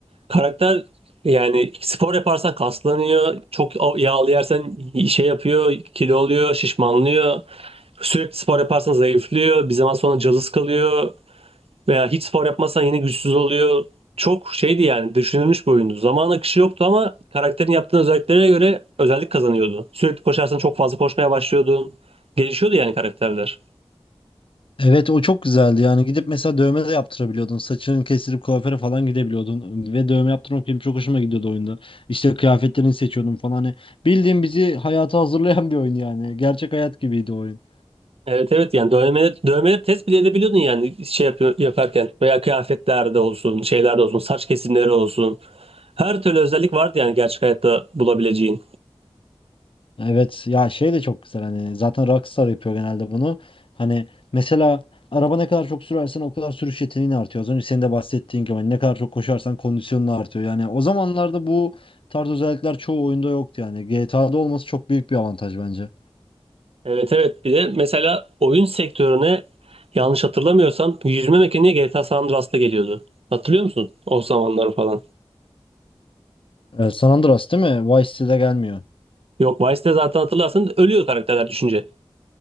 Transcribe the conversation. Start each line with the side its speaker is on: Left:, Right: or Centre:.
Right: Karakter yani spor yaparsan kaslanıyor. Çok yağlı yersen şey yapıyor, kilo oluyor, şişmanlıyor. Sürekli spor yaparsan zayıflıyor. Bir zaman sonra cılız kalıyor. Veya hiç spor yapmazsan yine güçsüz oluyor. Çok şeydi yani düşünülmüş bir oyundu. Zaman akışı yoktu ama karakterin yaptığı özelliklere göre özellik kazanıyordu. Sürekli koşarsan çok fazla koşmaya başlıyordun. Gelişiyordu yani karakterler.
Left: Evet o çok güzeldi yani gidip mesela dövme de yaptırabiliyordun saçını kestirip kuaföre falan gidebiliyordun ve dövme yaptırmak benim çok hoşuma gidiyordu oyunda İşte kıyafetlerini seçiyordum falan hani bildiğin bizi hayata hazırlayan bir oyun yani gerçek hayat gibiydi o oyun.
Right: Evet evet yani dövmeleri, dövmeleri test bile edebiliyordun yani şey yapıyor, yaparken veya kıyafetlerde olsun şeylerde olsun saç kesimleri olsun her türlü özellik vardı yani gerçek hayatta bulabileceğin.
Left: Evet ya şey de çok güzel hani zaten Rockstar yapıyor genelde bunu hani mesela araba ne kadar çok sürersen o kadar sürüş yeteneğin artıyor az önce senin de bahsettiğin gibi hani ne kadar çok koşarsan kondisyonun artıyor yani o zamanlarda bu tarz özellikler çoğu oyunda yoktu yani GTA'da olması çok büyük bir avantaj bence.
Right: Evet evet bir de mesela oyun sektörüne yanlış hatırlamıyorsam yüzme mekaniği GTA San Andreas'ta geliyordu. Hatırlıyor musun o zamanları falan?
Left: Ee, San Andreas değil mi? Vice City'de gelmiyor.
Right: Yok Vice'de zaten hatırlarsın ölüyor karakterler düşünce.